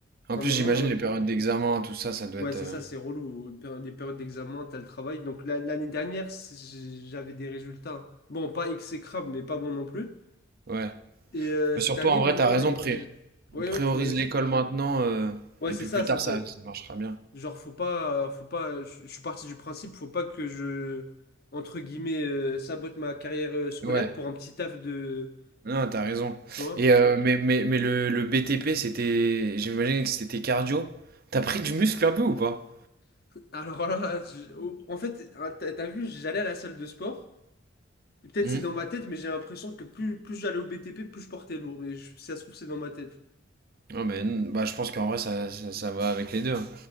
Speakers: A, on the right (about 50°); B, on the left (about 55°).
A: En
B: à
A: plus,
B: un moment,
A: j'imagine
B: euh,
A: les périodes d'examen, tout ça, ça doit
B: ouais,
A: être.
B: c'est
A: euh,
B: ça, c'est relou. Les péri- les périodes d'examen, t'as le travail. Donc la- l'année dernière, c'est- j'avais des résultats. Bon, pas exécrables, mais pas bons non plus.
A: Ouais.
B: Et euh,
A: Mais
B: cette
A: surtout,
B: année,
A: en vrai,
B: maintenant,
A: t'as raison.
B: avec... euh, Ouais,
A: Priorise
B: ouais, tu m'avais
A: l'école
B: dit.
A: maintenant, euh,
B: Ouais,
A: et
B: c'est
A: puis
B: ça,
A: plus
B: c'est
A: tard ça,
B: pas-
A: ça marchera bien.
B: genre faut pas euh, faut pas je je suis parti du principe faut pas que je entre guillemets euh, sabote ma carrière euh, scolaire
A: Ouais,
B: pour un petit taf de
A: non, t'as raison.
B: tu vois.
A: Et euh, mais, mais, mais le, le BTP, c'était. J'imagine que c'était cardio. T'as pris du muscle un peu ou pas?
B: <laughs> Alors là, je- au- en fait, hein, t'as t'as vu, j'allais à la salle de sport. Et Peut-être
A: Hmm
B: c'est dans ma tête, mais j'ai l'impression que plus plus j'allais au BTP, plus je portais lourd, mais je- si ça se trouve c'est dans ma tête.
A: Non, mais n- bah, je pense qu'en vrai ça, ça, ça va avec les deux. hein.